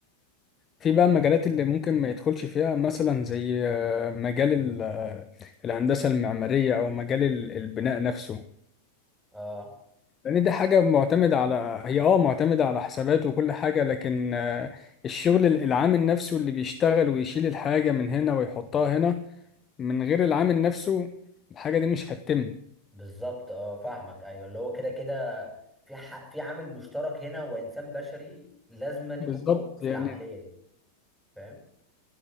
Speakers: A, on the left (about 25°); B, in the centre.
A: في بقى المجالات اللي ممكن ما يدخلش فيها مثلا زي آه، مجال ال- آه، الهندسة المعمارية أو مجال ال- البناء نفسه
B: اه
A: لأن دي حاجة معتمدة على هي اه معتمدة على حسابات وكل حاجة لكن آه، الشغل ال- العامل نفسه اللي بيشتغل ويشيل الحاجة من هنا ويحطها هنا من غير العامل نفسه الحاجة دي مش هتتم
B: بالظبط اه فاهمك ايوه اللي هو كده كده في ح... في عامل مشترك هنا وانسان بشري لازما يكون
A: بالظبط
B: موجود في
A: يعني
B: العمليه دي فاهم